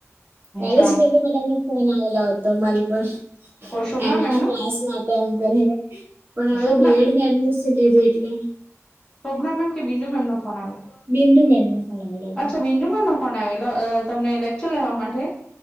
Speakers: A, on the right; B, on the left.
A: કાલે
B: અ <unintelligible>
A: જ મેડમને ફોન આવેલો હતો મારી પર.
B: કોઈ શોભના
A: એમ એ
B: મેમનો
A: ના ક્લાસ માટે એમ કરીને, પણ હવે
B: શોભના
A: બીએડમાં એડમી સન લીધુ એટલે.
B: સોભના મેમ કે બિંદુ મેમનો ફોન આવ્યો?
A: બિંદુ મેમને ફોન આવેલો હતો
B: અચ્છા બિંદુ મેમનો? ફોન આવેલો, તમને લેક્ચર લેવા માટે.